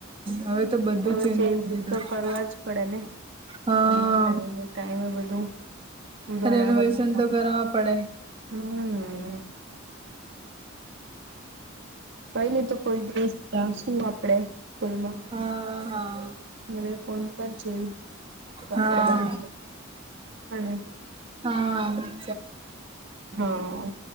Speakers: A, on the right; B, on the right.
A: હવે બધું
B: તો
A: ચેન્જ
B: ચેન્જીસ
A: કરી દીધું
B: તો કરવા જ પડે ને
A: હા
B: એના ટાઈમે ટાઈમે બધું સુધારા
A: રેનોવેશન
B: વધારા
A: તો કરાવા પડે
B: હમ. કઈની તો કોઈ દિવસ જાશું આપણેે સ્કૂલમાં
A: હા હા.
B: મને ફોન કરજે તો
A: હા
B: આપડે બને અને
A: હા.
B: હા.